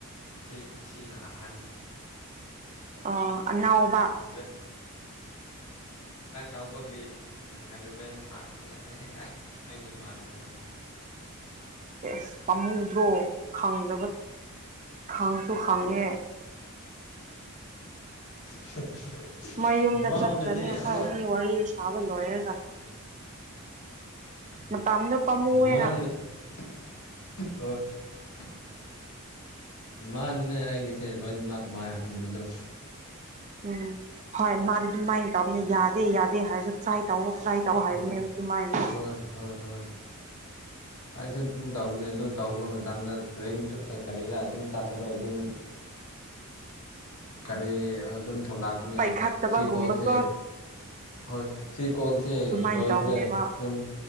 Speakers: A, on the left; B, on the right.
A: ꯁꯤ ꯁꯤꯅ ꯑꯍꯟ
B: ꯑ ꯑꯅꯥꯎꯕ
A: <unintelligible> ꯇꯧꯕꯒꯤ ꯑꯦꯂꯚꯦꯟ ꯄꯥꯁꯅꯦ ꯑꯩꯒꯤ ꯃꯥꯟꯈ꯭ꯔꯕꯅꯤ
B: ꯁꯦ ꯑꯁ ꯄꯥꯝꯃꯨꯗ꯭ꯔꯣ ꯈꯪꯗꯕ ꯈꯪꯁꯨ ꯈꯪꯉꯦ
A: <unintelligible>
B: ꯃꯌꯨꯝꯗ
A: ꯃꯥꯅꯅꯦ
B: ꯆꯠꯇ꯭ꯔꯅꯤ ꯑꯩꯈꯣꯏ
A: ꯑꯉꯣꯟ
B: ꯑꯅꯤ ꯋꯥꯔꯤ ꯁꯥꯕ ꯂꯣꯏꯔꯒ
A: <unintelligible>
B: ꯃꯇꯝꯗꯣ ꯄꯥꯝꯃꯨꯑꯦꯅ
A: ꯃꯥꯅꯅꯦ ꯑꯩꯒꯤꯁꯦ ꯂꯣꯏꯅꯃꯛ ꯃꯍꯟꯕꯗꯣ
B: ꯎꯝ ꯍꯣꯏ ꯃꯥꯗꯤ ꯑꯗꯨꯝ ꯃꯥꯏꯅ ꯇꯧꯅꯤ ꯌꯥꯗꯦ ꯌꯥꯗꯦ ꯍꯥꯏꯔꯁꯨ ꯇ꯭ꯔꯥꯏ ꯇꯧꯑꯣ ꯇ꯭ꯔꯥꯏ ꯇꯧꯑꯣ ꯍꯥꯏꯕꯅꯦꯕ
A: ꯍꯣꯏ
B: ꯑꯗꯨꯃꯥꯏꯅ
A: ꯍꯣꯏ ꯍꯣꯏ ꯍꯣꯏ ꯑꯩꯁꯨ ꯑꯗꯨꯝ ꯇꯧꯕꯅꯦ ꯑꯗꯨ ꯇꯧꯕ ꯃꯇꯝꯗꯔꯤꯡ ꯀꯔꯤꯗ ꯑꯗꯨꯝ ꯆꯠꯂꯔꯣꯏ ꯑꯗꯨꯝ ꯀꯔꯤ ꯑꯗꯨꯝ ꯊꯣꯛꯂꯛꯀꯅꯤ
B: ꯄꯥꯏꯈꯠꯇꯕꯒꯨꯝꯕꯀꯣ
A: ꯁꯤ ꯀꯣꯜꯁꯦ ꯍꯣꯏ ꯁꯤ ꯀꯣꯜꯁꯦ
B: ꯑꯗꯨꯃꯥꯏꯅ
A: ꯂꯣꯏꯈ꯭ꯔꯦ
B: ꯇꯧꯕꯅꯦꯕ
A: ꯑꯗꯨꯝ